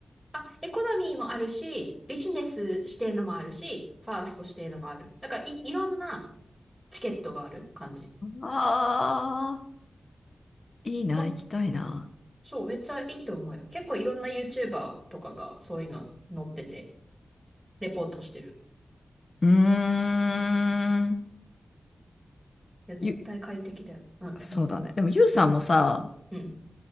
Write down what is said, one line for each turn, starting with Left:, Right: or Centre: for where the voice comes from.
Centre: あ、エコノミーもあるし、ビジネス指定のもあるし、ファースト指定のもある。なんかい、いろんなチケットがある感じ。
Left: ああー、いいな、
Centre: も
Left: 行きたいな。
Centre: そう、めっちゃいいと思うよ。結構いろんな YouTuber とかがそういうの載ってて、レポートしてる。
Left: うーん。
Centre: いや、絶対快適だよ。
Left: ゆ
Centre: うん、
Left: そうだね。
Centre: 何々。
Left: でも、ユウさんもさ、
Centre: うん、うん、